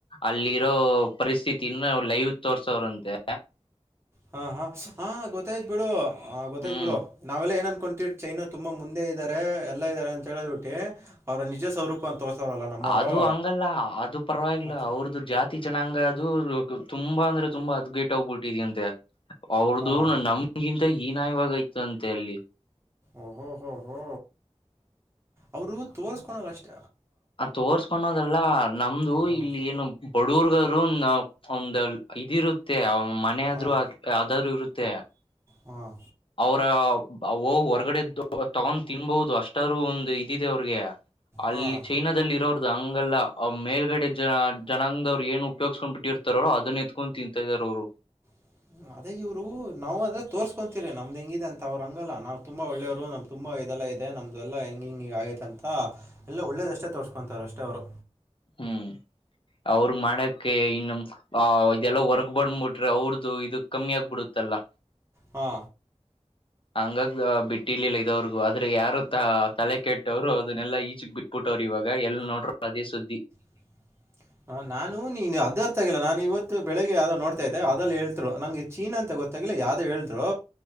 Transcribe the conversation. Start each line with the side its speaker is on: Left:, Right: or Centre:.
Left: ಅಲ್ಲಿರೋ ಪರಿಸ್ಥಿತನ್ನು ಲೈವ್ ತೋರ್ಸೋರ ಅಂತೆ.
Right: ಹಾ ಹಾ ಹಾ ಗೊತ್ತಾಯ್ತ್ ಬಿಡು ಗೊ ಗೊತ್ತಾಯ
Left: ಹ್ಮ್
Right: ಬಿಡು ನಾವೆಲ್ಲಾ ಏನ್ ಅನ್ಕೊಂತೀವಿ ಚೈನಾ ತುಂಬಾ ಮುಂದೆ ಇದ್ದಾರೆ ಎಲ್ಲಾ ಇದ್ದಾರೆ ಅಂತ ಹೇಳ್ ಬಿಟ್ಟಿ ಅವ್ರ ಅಲ್ಲಿ ನಿಜ ಸ್ವರೂಪ ತೋರ್ಸೋರಲ್ಲ ನಮ್ಮವರು
Left: ಅದು ಹಂಗಲ್ಲ ಅದು ಪರವಾಗಿಲ್ಲ
Right: ಮತ್ತು
Left: ಅವ್ರದ್ದು ಜಾತಿ ಜನಾಂಗ ದು ತುಂಬಾ ಅಂದ್ರೆ ತುಂಬಾ ಹದಗೇಟ್ಗ್ಬಿಟ್ಟಿದ ಅಂತೆ ಅವ್ರ್ದು
Right: ಹಾಂ
Left: ನಮಗಿಂತ ಹೀನಾಯವಾಗ ಐತಿ ಅಂತೆ ಅಲ್ಲಿ.
Right: ಓಹೋ ಹೋ ಹೋ ಅವರು ತೋರ್ಸ್ಕೊಳಲ್ಲ ಅಷ್ಟ.
Left: ಅ ತೋರ್ಸ್ಕೊಂಡೋದಲ್ಲ ನಮ್ದು
Right: ಹಾಂ
Left: ಇಲ್ಲಿ ಏನು ಬಡಗ್ರು ಆದ ಒಂದು ಇದಿರುತ್ತೆ ಮನೆ ಆದ್ರರು
Right: ಹಾಂ
Left: ಆದರೂ ಇರುತ್ತೆ.
Right: ಹಾಂ
Left: ಅವ್ರ ಹೋಗಿ ಹೊರ್ಗಡೆ ತಗೊಂಡ್ ತಿನ್ಬಹುದು ಅಷ್ಟಾರು ಒಂದು ಇದಿದೆ ಅವ್ರಿಗೆ. ಅಲ್ಲಿ
Right: ಹಾಂ
Left: ಚಿನಾದಲ್ಲಿ ಇರೋರ್ದ ಹಂಗಲ್ಲ. ಆ ಮೇಲ್ಗಡೆ ಜನ ಜನಾಂಗದ ಅವ್ರು ಏನ್ ಉಪಯೋಗ್ಸ್ಕೊಂಡ್ ಬಿಟ್ಟಿರ್ತಾರಾರೋ ಅದನ್ನ ಎತ್ಕೊಂಡು ತಿಂತಾ ಇದಾರೆ ಅವ್ರು.
Right: <unintelligible> ಅದೇ ಇವರು ನಾವು ಅದೆ ತೋರ್ಸ್ಕೊಂತೀರಿ ನಮ್ದ್ ಹೆಂಗಿದೆ ಅಂತ ಅವರು ಹಂಗಲ್ಲ ನಾವ ತುಂಬಾ ಒಳ್ಳೇವರು ನಮ್ ತುಂಬಾ ಇದೆಲ್ಲ ನಮ್ದು ಎಲ್ಲ ಹೆಂಗ ಹಿಂಗ ಹೀಗ ಆಗೈತ ಅಂತ ಎಲ್ಲ ಒಳ್ಳೇದಷ್ಟೇ ತೋರ್ಸ್ಕೊಂತಾರ ಅಷ್ಟೇ ಅವ್ರು.
Left: ಹ್ಮ್. ಅವ್ರ ಮಾಡಕ್ಕೆ ಇನ್ನು ಇದೆಲ್ಲ ಹೊರ್ಗ್ಬಡ್ಬಟ್ರೆ ಅವ್ರದು ಇದು ಕಮ್ಮಿ ಆಗ್ಬಿಡುತ್ತೆ. <unintelligible>
Right: ಹಾ.
Left: ಹಂಗಾಗ ಬಿಟ್ಟಿರ್ಲಿಲ್ಲ ಇದವ್ರಿಗು ಆದ್ರೆ ಯಾರು ತ ತಲೆ ಕೆಟ್ಟವ್ರು ಅದನ್ನೆಲ್ಲಾ ಈಚಕ್ ಬಿಟ್ಬಿಟ್ಟ ರೋರ್ ಇವಾಗ ಎಲ್ ನೋಡ್ರು ಅದೇ ಸುದ್ದಿ.
Right: <unintelligible> ಹ ನಾನು ನೀನು ಅದ ಅರ್ಥ ಆಗಿಲ್ಲ ನಾನು ಇವತ್ತು ಬೆಳಿಗ್ಗೆ ಯಾವ್ದೋ ನೋಡ್ತಾ ಇದ್ದೆ ಅದಲ್ಲಿ ಹೇಳ್ತರು ನಂಗೆ ಚೀನಾ ಅಂತ ಗೊ ಗೊತ್ತಿಲ್ಲ ಯಾವ್ದ ಹೇಳಿದ್ರು